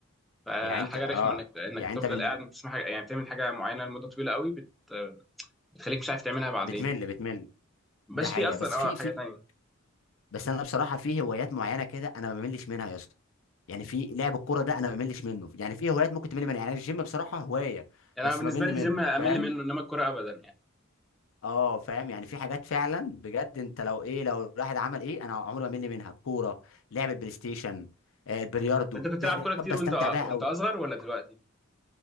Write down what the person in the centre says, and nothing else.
فحاجة
رخمة إنك إنك
تفضل
قاعد بتسمع حاجة يعني بتعمل حاجة معينة لمدة طويلة قوي بت... بتخليك مش عارف تعملها بعدين
مبقاش
في أصلا
أه
حاجة
تانية
يعني
أنا بالنسبة
لي
الجيم أمل
منه إنما الكورة أبدا يعني
أنت كنت تلعب
كورة كتير
وأنت وأنت
أصغر ولا دلوقتي؟